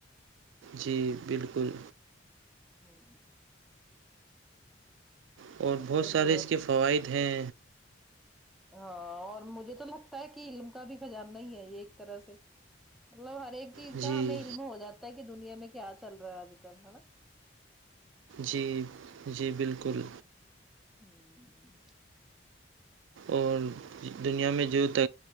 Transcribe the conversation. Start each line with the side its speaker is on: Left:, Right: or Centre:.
Right: جی بالکل
Centre: ہوں
Right: اور
Centre: مطلب
Right: بہت سارے اس کے فوائد ہیں
Centre: ہاں اور مجھے تو لگتا ہے کہ علم کا بھی خزانہ ہی ہے یہ ایک طرح سے مطلب ہر ایک چیز
Right: جی
Centre: کا ہمیں علم ہو جاتا ہے کہ دنیا میں کیا چل رہا ہے آج کل ہے نا
Right: جی جی بالکل
Centre: ہوں <unintelligible> <unintelligible>
Right: اور دنیا میں جو ت